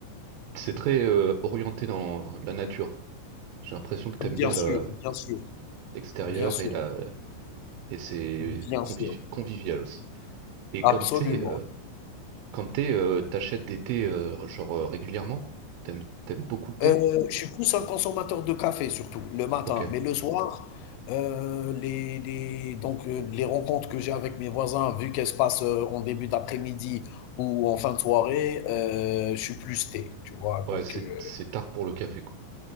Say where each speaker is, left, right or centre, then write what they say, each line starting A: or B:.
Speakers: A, on the right; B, on the left.
A: C'est très euh, orienté dans la nature. J'ai l'impression que t'aimes
B: Bien
A: bien
B: sûr,
A: le-
B: bien sûr,
A: l'extérieur
B: bien sûr,
A: et la et c'est
B: bien
A: convivi-
B: sûr,
A: convivial aussi. Et comme
B: absolument.
A: t'es euh, Comme thé, euh, t'achètes des thés euh, genre euh, régulièrement? T'aimes t'aimes beaucoup le thé?
B: Heu, je suis plus un consommateur de café surtout, le matin,
A: Ok.
B: mais le soir, heu, les les donc heu, les rencontres que j'ai avec mes voisins, vu qu'elles se passent, heu, en début d'après-midi ou en fin de soirée, heu, je suis plus thé, tu vois?
A: Ouais,
B: Donc
A: c'est
B: heu,
A: c'est tard pour le café quoi.